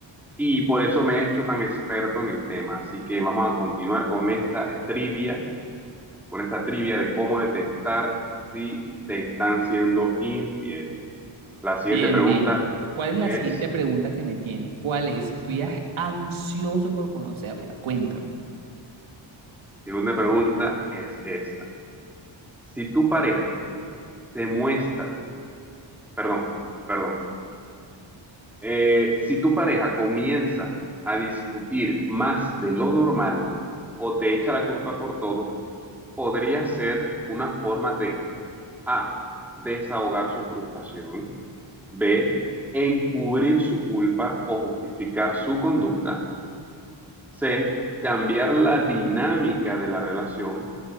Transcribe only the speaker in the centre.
y por eso me he hecho tan experto en el tema. Así que vamos a continuar con esta eh, trivia, con esta trivia de cómo detectar si te están siendo infiel. La siguiente
pregunta
es,
segunda pregunta es esta. Si tu pareja se muestra, perdón, perdón, eh, si tu pareja comienza a discutir más de lo normal o te echa la culpa por todo, podría ser una forma de A. Desahogar su frustración. B. Encubrir su culpa o justificar su conducta. C. Cambiar la dinámica de la relación.